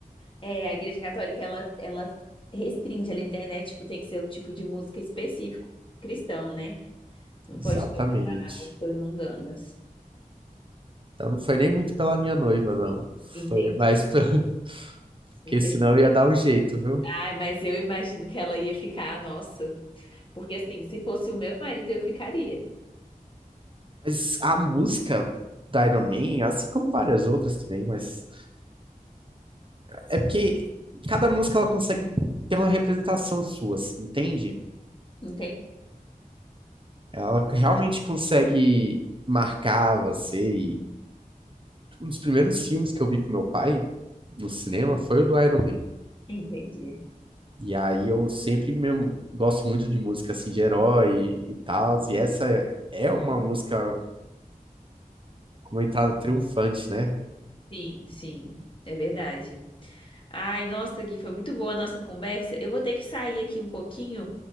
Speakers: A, on the left (about 35°); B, on the right (about 35°).
A: É, a Igreja Católica, ela, ela restringe ali na internet, tipo, tem que ser o tipo de música específico, cristão, né? Não
B: Exatamente.
A: pode tocar músicas mundanas.
B: Então não foi nem muito pela minha noiva, não.
A: Entendi,
B: Foi mais pela... <laughs>
A: entendi.
B: porque senão ia dar um jeito, viu?
A: Ai, mas eu imagino que ela ia ficar, nossa. Porque assim, se fosse o meu marido, eu ficaria.
B: Mas a música da Iron Man, assim como várias outras também, mas é porque cada música ela consegue ter uma representação sua, assim, entende?
A: Entendi.
B: Ela realmente consegue marcar você. E um dos primeiros filmes que eu vi com meu pai no cinema foi o do Iron Man.
A: Entendi.
B: E aí eu sempre mesmo gosto muito de música assim de herói e tal, e essa é é uma música com uma entrada triunfante, né?
A: Sim, sim, é verdade. Ai, nossa, Gui, foi muito boa a nossa conversa. Eu vou ter que sair aqui um pouquinho,